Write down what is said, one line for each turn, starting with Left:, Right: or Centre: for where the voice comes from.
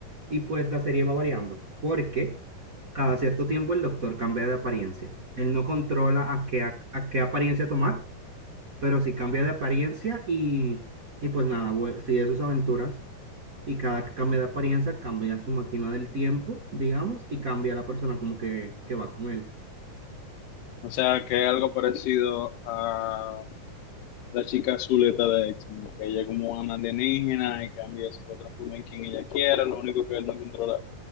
Right: Y pues la serie va variando, porque cada cierto tiempo el doctor cambia de apariencia. Él no controla a qué, a, a qué apariencia tomar, pero sí cambia de apariencia y, y pues nada, vue- sigue sus aventuras. Y cada que cambia de apariencia, cambia su máquina del tiempo, digamos, y cambia la persona como que, que va con él.
Left: O sea, que es algo parecido a la chica azuleta de X-Men, que ella es como una alienígena y cambia, se puede transformar en quien ella quiera, lo único que él no controla